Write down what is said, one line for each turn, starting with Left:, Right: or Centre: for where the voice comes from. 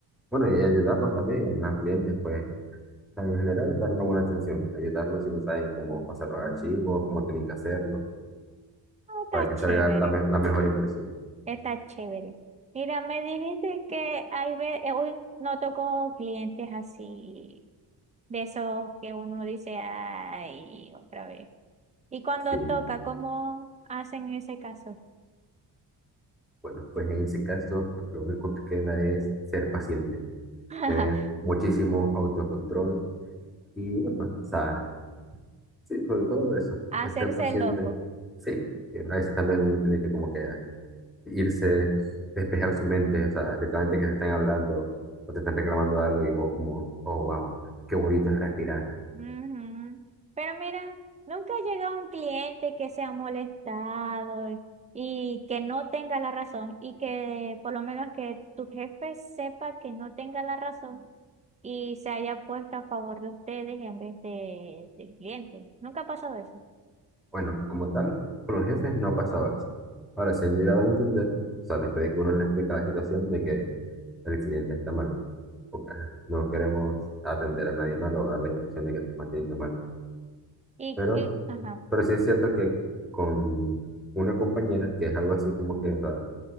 Centre: bueno, y ayudarlos también a los clientes, pues, o sea, en general, dar una buena atención, ayudarlos si no saben cómo
Right: Mm.
Centre: pasar los archivos, cómo tienen que hacerlo,
Right: Ah, está
Centre: para que
Right: chévere,
Centre: salga la, me- la mejor impresión.
Right: está chévere. Mira, me dijiste que hay ve- eh, hoy no tocó clientes así, de esos que uno dice, ay, otra vez. Y cuando
Centre: Sí,
Right: toca, ¿cómo hacen en ese caso?
Centre: bueno, pues en ese caso, lo único que queda es ser paciente,
Right: <laughs>
Centre: tener muchísimo autocontrol y, bueno, o sea, sí, sobre todo eso,
Right: Hacerse
Centre: es ser paciente.
Right: loco.
Centre: Sí, y a veces también uno tiene que como que irse, despejar su mente, o sea, literalmente que se estén hablando o te están reclamando algo y vos como, oh, wow, qué bonito es respirar.
Right: Ujú. Pero mira, nunca ha llegado un cliente que se ha molestado y y que no tenga la razón y que por lo menos que tu jefe sepa que no tenga la razón y se haya puesto a favor de ustedes en vez de, del cliente. Nunca ha pasado eso.
Centre: Bueno, como tal, con los jefes no ha pasado eso. Ahora, se han llegado a entender, o sea, después de que uno les explica la situación de que el cliente está mal, porque no queremos atender a nadie mal o dar la impresión de que estamos atendiendo mal.
Right: Y,
Centre: Pero,
Right: y, ajá,
Centre: pero sí es cierto que con una compañera, que es algo así como que, o sea,